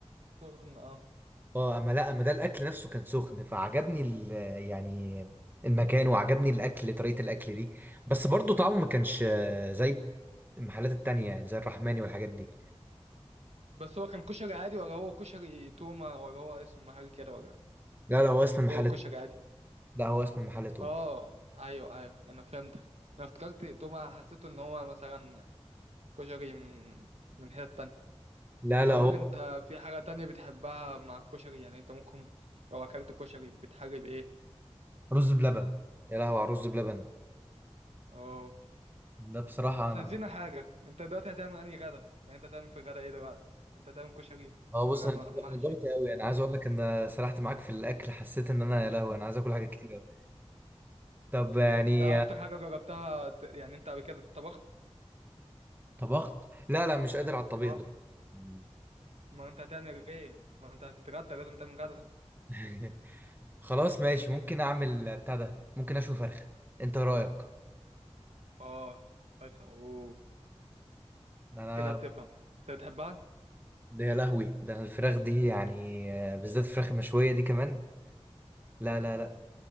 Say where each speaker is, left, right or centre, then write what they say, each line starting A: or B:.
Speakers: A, on the right; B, on the right.
A: سخن اه
B: اه اما لا اما ده الاكل نفسه كان سخن فعجبني ال يعني المكان وعجبني الاكل طريقة الاكل دي بس برضو طعمه ما كانش آه، زي المحلات التانية يعني زي الرحماني والحاجات دي
A: بس هو كان كشري عادي ولا هو كشري تومة ولا هو اسم محل كده ولا
B: لا لا هو اسم المحل
A: هو كشري عادي
B: لا هو اسم المحل توب
A: اه ايوه ايوه انا فهمتك انا افتكرت تومة حسيت ان هو مثلا كشري من من حتة تانية
B: لا
A: طب
B: لا
A: قول
B: هو
A: لي انت في حاجة تانية بتحبها مع الكشري يعني انت ممكن لو اكلت كشري بتحلي بايه
B: رز بلبن يا لهوي على الرز بلبن
A: اه
B: ده بصراحة
A: احنا
B: أنا
A: نسينا حاجة انت دلوقتي هتعمل انهي غدا يعني انت هتعمل في غدا ايه دلوقتي انت هتعمل كشري
B: اه
A: ولا
B: بص أنا
A: م-
B: جوع-
A: محشي
B: أنا جوعت أوي أنا عايز أقول لك أنا سرحت معاك في الأكل حسيت إن أنا يا لهوي أنا عايز آكل
A: آه.
B: حاجات كتير أوي طب يعني
A: انت اكتر
B: آه،
A: حاجة جربتها ت- يعني انت قبل كده طبخت
B: طبخت؟ لا لا مش قادر على الطبيخ
A: اه
B: ده <laughs>
A: ما انت هتعمل ايه ما انت هتتغدى لازم تعمل غدا
B: <laughs> مم. خلاص ماشي ممكن اعمل بتاع ده ممكن اشوي فرخه انت رايك
A: اه فرخة اوه
B: ده انا
A: انت كده بتفهم انت بتحبها
B: ده يا لهوي ده انا الفراخ دي يعني آه، بالذات الفراخ المشويه دي كمان لا لا لا